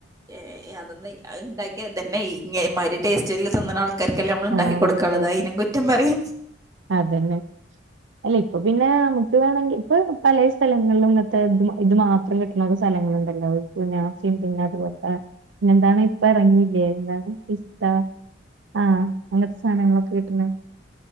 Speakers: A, on the right (about 15°); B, on the right (about 65°).
A: ഏ അതൊന്ന് ഇണ്ടാക്കിയ തന്നെ ഇങ്ങ ഇമ്മാതിരി ടേസ്റ്റിൽ തിന്നണ ആൾ ആൾക്കാരിക്കല്ലേ നമ്മൾ ഉണ്ടാക്കി
B: ആഹ്
A: കൊടുകാള്ളത്
B: അതന്നെ
A: അതിനും കുറ്റം പറയും
B: അതന്നെ അല്ല ഇപ്പൊ പിന്നെ നമുക്ക് വേണെങ്കിൽ ഇപ്പ പലേ സ്ഥലങ്ങളിലും ഇങ്ങനത്തെ ഇ ഇത് മാത്രം കിട്ടുന്ന സ്ഥലങ്ങളുണ്ടല്ലോ കുനാഫായുംപിന്നെ അതേ പോലത്തെ പിന്നെ എന്താണ് ഇപ്പ ഇറങ്ങിയില്ലേ എന്താണ് പിസ്ത ആഹ് അങ്ങനത്തെ സാനങ്ങളൊക്കെ കീട്ടണ